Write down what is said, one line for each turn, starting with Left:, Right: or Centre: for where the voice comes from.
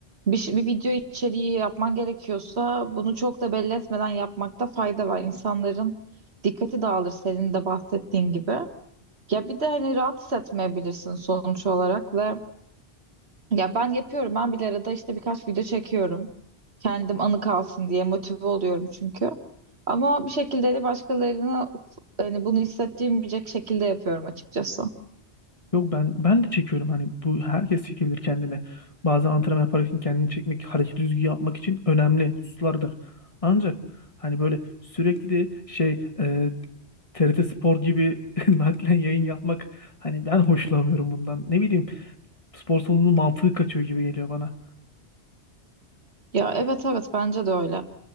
Right: bir, şey- bir video içeriği yapman gerekiyorsa bunu çok da belli etmeden yapmakta fayda var. İnsanların dikkati dağılır senin de bahsettiğin gibi. Ya bir de hani rahat hissetmeyebilirsin sonuç olarak ve Ya ben yapıyorum. Ben bile arada işte birkaç video çekiyorum. Kendim anı kalsın diye motive oluyorum çünkü. Ama bir şekilde de başkalarını hani bunu hissettirmeyecek şekilde yapıyorum açıkçası.
Left: Yok ben ben de çekiyorum hani bu herkes çekebilir kendini. Bazen antrenman yaparken kendini çekmek, hareket düzgün yapmak için önemli hususlardır. Ancak hani böyle sürekli şey e, TRT Spor gibi <laughs> naklen yayın yapmak hani ben hoşlanmıyorum bundan. Ne bileyim spor salonunun mantığı kaçıyor gibi geliyor bana.
Right: Ya evet evet bence de öyle.